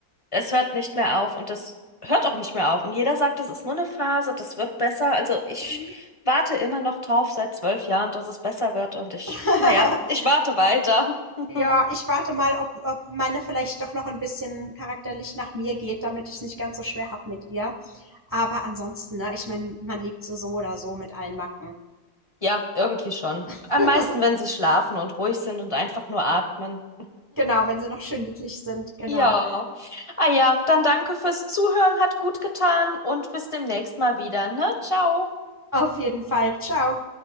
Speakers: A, on the left; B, on the right.
A: Es hört nicht mehr auf und das hört auch nicht mehr auf. Und jeder sagt, das ist nur eine Phase, das wird besser. Also ich
B: Mhm.
A: warte immer noch drauf seit zwölf Jahren, dass es besser wird. Und ich,
B: <laughs>
A: naja, ich warte weiter. <laughs>
B: Ja, ich warte mal, ob, ob meine vielleicht doch noch ein bisschen charakterlich nach mir geht, damit ich es nicht ganz so schwer habe mit ihr. Aber ansonsten, ne, ich meine, man liebt sie so oder so mit allen Macken.
A: Ja, irgendwie schon.
B: <laughs>
A: Am meisten, wenn sie schlafen und ruhig sind und einfach nur atmen.
B: Genau, wenn sie noch schön niedlich sind, genau.
A: Ja. Ah ja, dann danke fürs Zuhören, hat gut getan und bis demnächst mal wieder, ne? Ciao.
B: Auf jeden Fall. Ciao.